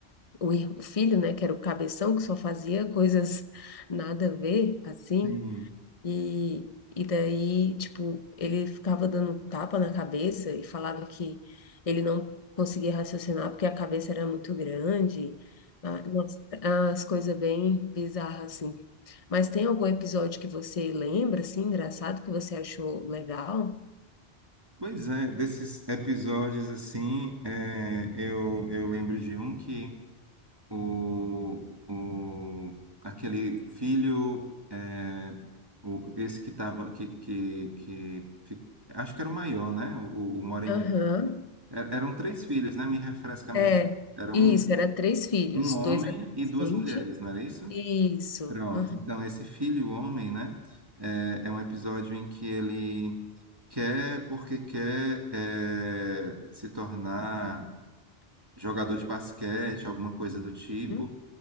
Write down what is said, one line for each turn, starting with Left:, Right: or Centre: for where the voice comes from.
Left: o ir- o filho, né, que era o cabeção, que só fazia coisas nada a ver, assim.
Right: Sim.
Left: E, e daí, tipo, ele ficava dando um tapa na cabeça e falava que ele não conseguia raciocinar porque a cabeça era muito grande. Ah, nossa, as coisas bem bizarras, assim. Mas tem algum episódio que você lembra, assim, engraçado, que você achou legal?
Right: Pois é, desses episódios assim, é, eu, eu lembro de um que o, o, aquele filho, é, o, esse que tava, que, que, que, fi- acho que era o maior, né? O, o Moreninho.
Left: Aham.
Right: E- Eram três filhos, né? Me refresca mesmo.
Left: É,
Right: Era
Left: isso,
Right: um,
Left: era três filhos,
Right: um homem
Left: dois adolescentes.
Right: e duas mulheres, não era isso?
Left: Isso.
Right: Pronto,
Left: Aham.
Right: então esse filho homem, né, é, é um episódio em que ele quer, porque quer é, se tornar jogador de basquete, alguma coisa do tipo,
Left: Uhum.